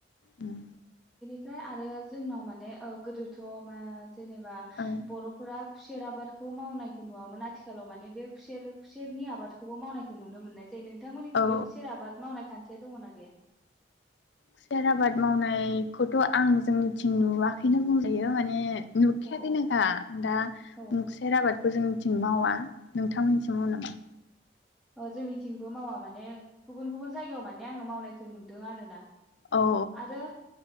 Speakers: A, on the left; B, in the centre.
A: उम
B: ओमफ्राय आरो जोंनाव माने ओ गोदोथ' मा जेनेबा
A: औ
B: बर'फोरा खुसेर आबादखौ मावनाय खौ नुवामोन आथि आथिखालाव माने बे खुसेर खुसेरनि आबादखौबो मावनाय नुनो मोननाय जायो नोंथांमोननि थिं
A: औ
B: बे खुसेर आबाद मावनाय खान्थि बे दङ'ना गैया
A: खुसियार आबाद मावनायखौथ' आं जोंनिथिं नुवाखैनो बुंजायो। माने नुखायाखैनो
B: औ औ
A: दा दा
B: औ
A: मुखसेर आबाद बे खौ जोंनिथिं मावा नोंथांमोननिथिं मावो नामा
B: अ जोंनिथिंबो मावा माने गुबुन गुबुन जायगायाव माने आङो माव नायखौ नुदों आरो ना
A: ओ औ
B: आरो